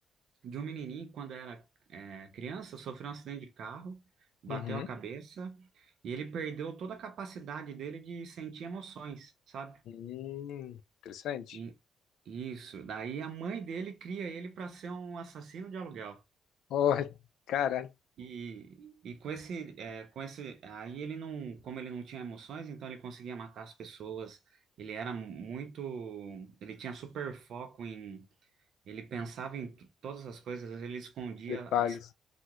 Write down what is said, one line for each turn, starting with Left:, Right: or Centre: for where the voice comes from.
Right: de um menininho, quando era é, criança, sofreu um acidente de carro, bateu
Left: Uhum.
Right: a cabeça e ele perdeu toda a capacidade dele de sentir emoções, sabe?
Left: Hum, interessante.
Right: E- isso. Daí a mãe dele cria ele para ser um assassino de aluguel.
Left: Olha, caralho,
Right: E, e com esse, é, com esse, aí ele não, como ele não tinha emoções, então ele conseguia matar as pessoas. Ele era muito, ele tinha super foco em, ele pensava em t- todas as coisas, ele escondia
Left: detalhes.
Right: as